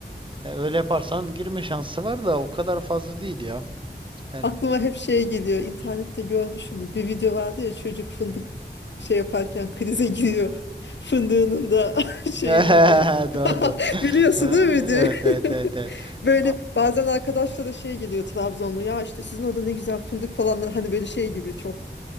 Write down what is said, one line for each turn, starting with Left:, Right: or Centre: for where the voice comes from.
Right: E, öyle yaparsan girme şansı var da o kadar fazla değil ya. Yani
Left: Aklıma hep şey geliyor. internette görmüşsündür. Bir video vardı ya çocuk fındık şey yaparken krize giriyor. <laughs> Fındığının da <laughs>
Right: <laughs>
Left: şeyinin
Right: doğru.
Left: de.
Right: <laughs>
Left: <laughs> Biliyorsun
Right: doğru.
Left: değil mi? diye.
Right: Evet evet evet
Left: <laughs>
Right: evet.
Left: Böyle
Right: A-
Left: bazen arkadaşlara şey geliyor Trabzonlu. Ya işte sizin orada ne güzel fındık falan. Hani böyle şey gibi çok